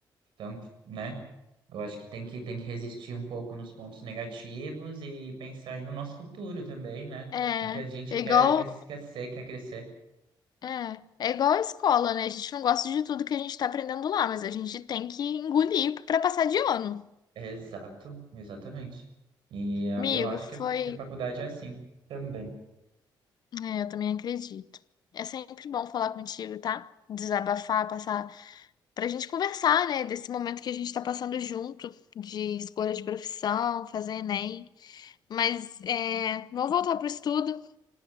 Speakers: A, on the right (about 80°); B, on the left (about 55°).
A: tanto, né? Eu acho que tem que tem que resistir um pouco nos pontos negativos e pensar aí no nosso futuro também, né?
B: É.
A: No que a gente
B: É
A: quer
B: igual,
A: quer, quer ser, quer crescer.
B: é, é igual a escola, né? A gente não gosta de tudo que a gente tá aprendendo lá, mas a gente tem que engolir para passar de ano.
A: Exato, exatamente. E ah,
B: Amigo,
A: eu acho
B: foi.
A: que a, que a faculdade é assim também.
B: É, eu também acredito. É sempre bom falar contigo, tá? Desabafar, passar. Pra gente conversar, né? Desse momento que a gente tá passando junto, de escolha de profissão, fazer Enem. Mas é, vamos voltar pro estudo.